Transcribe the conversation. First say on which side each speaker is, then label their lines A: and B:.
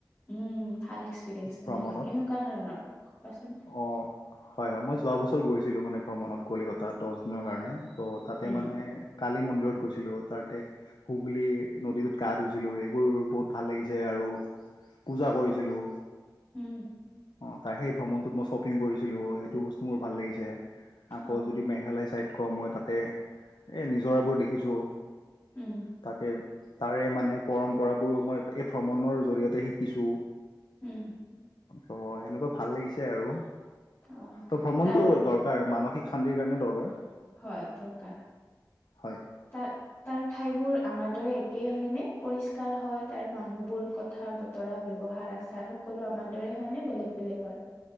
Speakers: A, on the left; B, on the left.
A: উম, ভাল এক্সপিৰিয়েঞ্চ তেনেহ'লে
B: ভ্ৰমণত
A: কেনেকুৱা ধৰণৰ ক'বাচোন।
B: অ', হয় হয় মই যোৱা বছৰ গৈছিলোঁ মানে ভ্ৰমণত কলিকতাত দহ দিনৰ কাৰণে। ত' তাতে
A: উম,
B: মানে কালী মন্দিৰত গৈছিলোঁ। তাতে সুগলী নদীটোত গা ধুইছিলোঁ এইবোৰ বহুত ভাল লাগিছে আৰু পূজা কৰিছিলোঁ।
A: উম,
B: অ', তাৰ সেই ভ্ৰমণটোত মই শ্বপিং কৰিছিলো, সেইটো বস্তু
A: উম,
B: মোৰ ভাল লাগিছে। আকৌ
A: অ',
B: যদি মেঘালয় ছাইড কওঁ, মই তাতে এই নিজৰাবোৰ দেখিছোঁ।
A: উম,
B: তাতে তাৰে মানে পৰম্পৰাবোৰ মই এই ভ্ৰমণৰ জৰিয়তে শিকিছোঁ।
A: উম।
B: ত' সেনেকুৱা ভাল লাগিছে আৰু
A: অ',
B: ত ভ্ৰমণটো
A: তাৰ
B: দৰকাৰ। কাৰ মানসিক শান্তিৰ কাৰণে দৰকাৰ।
A: হয় দৰকাৰ
B: হয়
A: তাৰ তাৰ ঠাইবোৰ আমাৰ দৰে একেই হয়নে পৰিষ্কাৰ হয় তাৰ মানুহবোৰ কথা বতৰা ব্যৱহাৰ আচাৰ। সকলো আমাৰ দৰে হয় নে বেলেগ বেলেগ হয়?